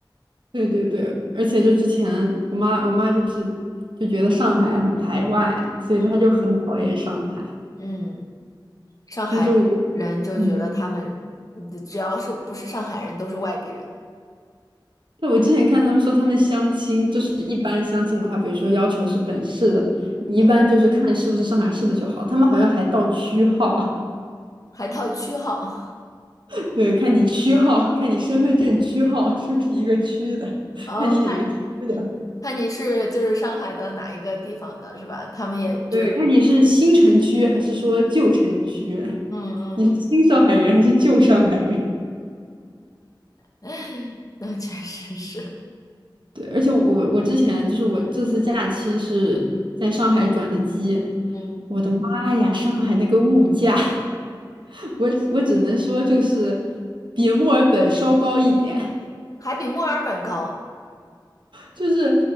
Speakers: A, on the right; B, on the left.
A: 对对对，而且就之前我妈我妈就是就觉得上海很排外，所以她就很讨厌上海。
B: 嗯，嗯，上海人就觉得他们嗯只要是不是上海人都是外地人了。
A: 但是我嗯，那我之前看他们说他们相亲，就是一般相亲的话，比如说要求是本市的，你一般就是看是不是上海市的就好。
B: 嗯，
A: 他们好像还到区号，
B: 还套区号，
A: <laughs> 对，看你区号，看你身份证区号是不是一个区的，
B: <laughs> 哦，
A: 看你哪个区的，
B: 看，看你是就是上海的哪一个地方的是吧？他们也觉得，
A: 对，看你是新城区还是说旧城区，
B: 嗯
A: 你是新上海人还是旧上海人。
B: 嗯，<laughs> 那确实是，
A: 对，而且我我我之前就是我这次假期是在上海转的机，
B: 嗯，
A: 我的妈呀，上海那个物价，<laughs> 我我只能说就是比墨尔本稍高一点。
B: 还比墨尔本高，
A: 就是，